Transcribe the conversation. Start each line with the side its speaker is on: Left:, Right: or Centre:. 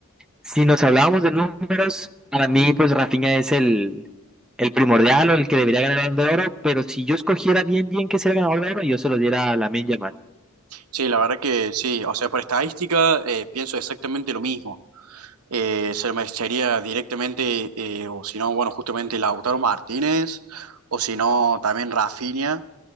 Centre: Si nos hablábamos de números, para mí, pues Rafinha es el, el primordial o el que debería ganar el Balón de Oro, pero si yo escogiera bien, bien que sea el ganador de oro, yo se lo diera a Lamine Yamal.
Right: Sí, la verdad que sí. O sea, por estadística eh, pienso exactamente lo mismo. eh, se lo merecería directamente, eh, o si no, bueno, justamente Lautaro Martínez, o si no, también Rafinha,